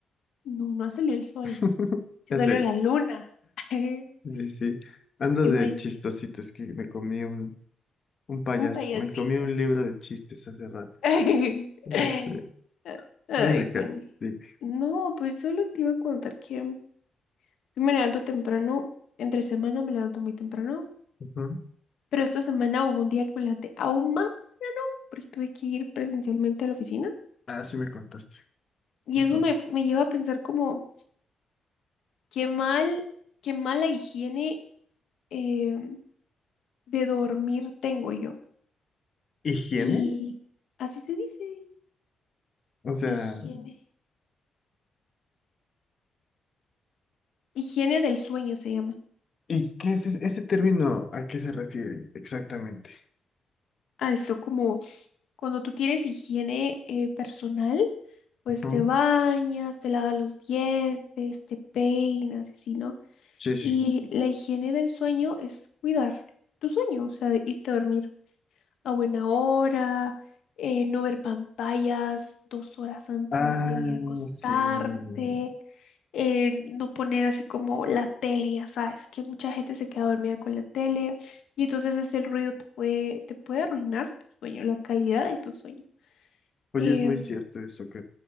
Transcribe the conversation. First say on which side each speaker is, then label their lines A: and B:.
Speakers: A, on the left; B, on the left.
A: no, no ha salido el sol.
B: <laughs>
A: Se
B: ya
A: salió
B: sé.
A: la luna. <laughs>
B: Sí, sí. Ando
A: Y
B: de
A: güey,
B: chistosito, es que me comí un, un payaso,
A: un payasito.
B: me comí un libro de chistes hace rato.
A: <laughs>
B: Este,
A: Ay, Juan.
B: dime, Kat, dime.
A: No, pues solo te iba a contar que yo me levanto temprano. Entre semana me levanto muy temprano.
B: Ujú.
A: Pero esta semana hubo un día que me levanté aún más porque tuve que ir presencialmente a la oficina.
B: Ah, sí me contaste.
A: Y
B: Ujú.
A: eso me, me lleva a pensar como, qué mal, qué mala higiene em, de dormir tengo yo.
B: ¿Higiene?
A: Y así se dice,
B: O sea,
A: higiene. Higiene del sueño se llama.
B: ¿Y qué es ese, ese término? ¿A qué se refiere exactamente?
A: Ah, eso como cuando tú tienes higiene eh, personal, pues
B: Ujú.
A: te bañas, te lavas los dientes, te peinas, así, ¿no?
B: Sí, sí.
A: Y Ujú. la higiene del sueño es cuidar tu sueño, o sea, irte a dormir a buena hora, eh, no ver pantallas dos horas antes
B: Ah,
A: de acostarte,
B: sí.
A: eh, no poner así como la tele, ya sabes, que mucha gente se queda dormida con la tele y entonces ese ruido te puede, te puede arruinar tu sueño, la calidad de tu sueño.
B: Oye,
A: Eh,
B: es muy cierto eso que...